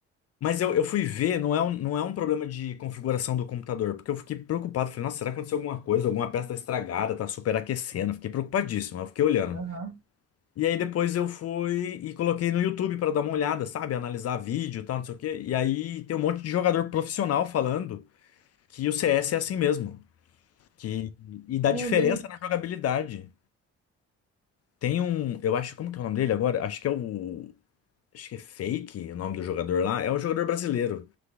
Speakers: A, on the left; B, on the right.
A: Mas eu, eu fui ver, não é um, não é um problema de configuração do computador, porque eu fiquei preocupado. Falei, nossa, será que aconteceu alguma coisa? Alguma peça tá estragada, tá superaquecendo. Fiquei preocupadíssimo, eu fiquei olhando.
B: Aham.
A: E aí depois eu fui e coloquei no YouTube pra dar uma olhada, sabe? Analisar vídeo e tal, não sei o quê. E aí tem um monte de jogador profissional falando que o CS é assim mesmo. Que, e dá
B: Meu
A: diferença
B: Deus.
A: na jogabilidade. Tem um, eu acho, como que é o nome dele agora? Acho que é o. Acho que é Fake o nome do jogador lá. É um jogador brasileiro.